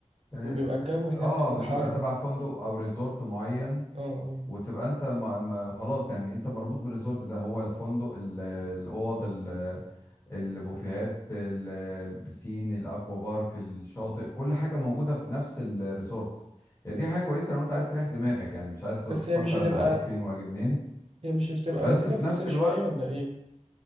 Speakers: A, on the left (about 20°); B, on the right (about 55°).
A: آه
B: وبيبقى الجو هناك
A: آه،
B: كمان
A: بتبقى
B: حر
A: تبع فندق أو ريزورت معين
B: اه آه.
A: وتبقى انت ما ما خلاص يعني انت مربوط بالريزورت ده هو الفندق ال- الاوض ال- البوفيهات ال- البسين الاكوا بارك الشاطئ كل حاجه موجوده في نفس الريزورت يعني دي حاجه كويسه لو انت عايز تريح دماغك يعني مش عايز تفكر
B: بس هي مش هتبقى
A: انا هروح فين واجي منين
B: هي مش هتبقى
A: بس
B: لطيفة
A: في
B: في
A: نفس
B: الصيف
A: الوقت
B: شوية ولا إيه؟